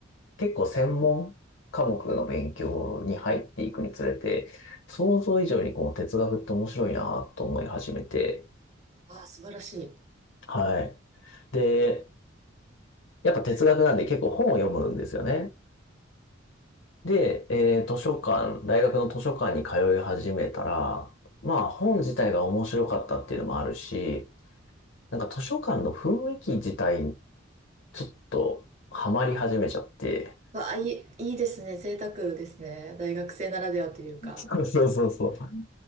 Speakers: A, on the left; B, on the right.
A: 結構専門科目の勉強に入っていくにつれて、想像以上にこの哲学って面白いなと思い始めて、
B: ああ、素晴らしい。
A: はい。で、やっぱ哲学なんで結構本を読むんですよね。で、えー図書館、大学の図書館に通い始めたら、まあ本自体が面白かったっていうのもあるし、なんか図書館の雰囲気自体にちょっとハマり始めちゃって。
B: わあ、いい、いいですね。贅沢ですね。大学生ならではというか。
A: そうそうそうそう。